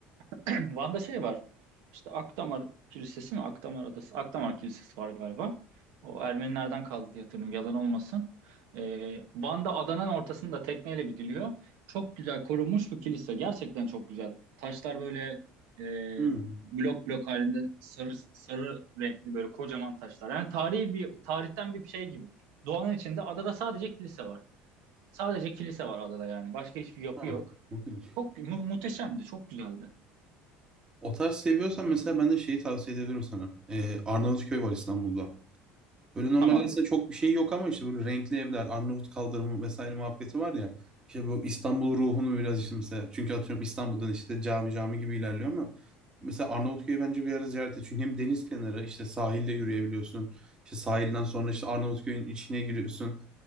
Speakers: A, on the right (about 65°); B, on the right (about 20°).
A: <clears throat> Van'da şey var. İşte Akdamar Kilisesi mi? Akdamar Adası. Akdamar Kilisesi var galiba. O Ermenilerden kaldı diye hatırlıyorum. Yalan olmasın. Ee, Van'da adanın ortasında tekneyle gidiliyor. Çok güzel korunmuş bir kilise. Gerçekten çok güzel. Taşlar böyle e,
B: Hmm.
A: blok blok halinde sarı sarı renkli böyle kocaman taşlar. Yani tarihi bir tarihten bir şey gibi. Doğanın içinde adada sadece kilise var. Sadece kilise var adada yani. Başka hiçbir yapı
B: Ha.
A: yok.
B: Çok ilginç.
A: Çok mu- muhteşemdi. Çok güzeldi.
B: O tarz seviyorsan mesela ben de şeyi tavsiye edebilirim sana. E, Arnavutköy var İstanbul'da. Böyle normalde
A: Tamam.
B: aslında çok bir şey yok ama işte böyle renkli evler, Arnavut kaldırımı vesaire muhabbeti var ya. İşte bu İstanbul ruhunu biraz işte mesela. Çünkü atıyorum İstanbul'dan işte cami cami gibi ilerliyor ama mesela Arnavutköy'ü bence bir ara ziyaret et. Çünkü hem deniz kenarı işte sahilde yürüyebiliyorsun. İşte sahilden sonra işte Arnavutköy'ün içine giriyorsun.